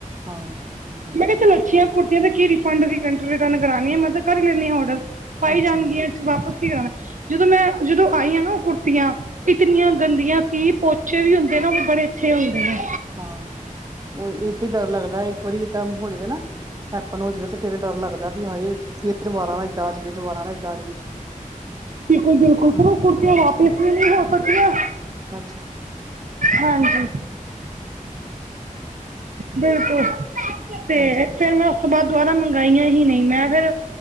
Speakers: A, on the right; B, on the right.
A: ਹਾਂ
B: ਮੈਂ ਕਿਹਾ ਚਲ ਅੱਛੀਆਂ ਕੁੜ ਕੀ ਰਿਫੰਡ ਰਿਟਰਨ ਕਰਾਣੀ ਆ ਮੈਂ ਤਾਂ ਕਰ ਲੈਂਨੀ ਆ ਹਾਂ ਔਡਰ ਪਾਈ
A: ਅੱਛਾ
B: ਜਾਣਗੀ।
A: ਜੀ
B: ਵਾਪਸ ਨੀ ਕਰਾਣਾ, ਜਦੋਂ ਮੈਂ ਜਦੋਂ ਆਈ ਹਾਂ ਨਾ ਉਹ ਕੁੜ ਇਤਨੀਆਂ ਗੰਦੀਆਂ ਸੀ ਪੋਚੇ ਵੀ ਹੁੰਦੇ ਨੇ ਉਹ ਬੜੇ ਅੱਛੇ ਹੁੰਦੇ ਨੇ।
A: ਹਾਂ ਉਹ ਇਹ ਤੇ ਡਰ ਲੱਗਦਾ, ਇੱਕ ਵਾਰੀ ਏਦਾਂ ਹੋ ਜਾਵੇ ਨਾ। ਹੈਪਨ ਹੋ ਜਾਵੇ, ਤੇ ਫੇਰ ਡਰ ਲੱਗਦਾ ਵੀ ਹਾਏ ਫੇਰ ਦੁਬਾਰਾ ਨਾ ਇੱਦਾਂ ਆ ਜਾਵੇ, ਦੁਬਾਰਾ ਨਾ ਏਦਾਂ ਆ ਜਾਵੇ।
B: ਬਿਲਕੁਲ-ਬਿਲਕੁਲ,
A: ਹਾਂ
B: ਸਰ ਉਹ ਕੁੜਤੀਆਂ ਵਾਪਿਸ ਵੀ ਨਹੀਂ ਹੋ ਸਕਦੀਆਂ।
A: ਅੱਛਾ
B: ਹਾਂਜੀ, ਬਿਲਕੁਲ ਤੇ
A: ਹਾਂਜੀ
B: ਫੇਰ ਮੈਂ ਉਸ ਤੋਂ ਬਾਅਦ ਦੁਬਾਰਾ ਮੰਗਾਈਆਂ ਹੀ ਨਹੀਂ, ਮੈਂ ਫੇਿਰ